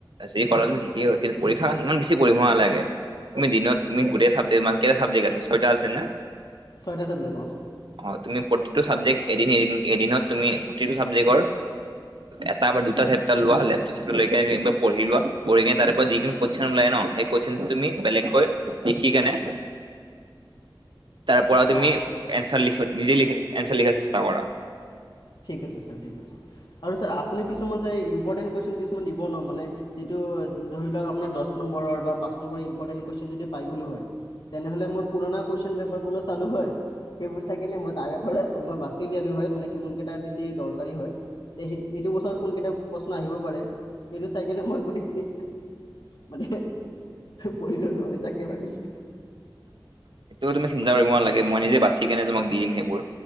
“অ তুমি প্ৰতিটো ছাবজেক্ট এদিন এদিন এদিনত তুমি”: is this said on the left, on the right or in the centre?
Right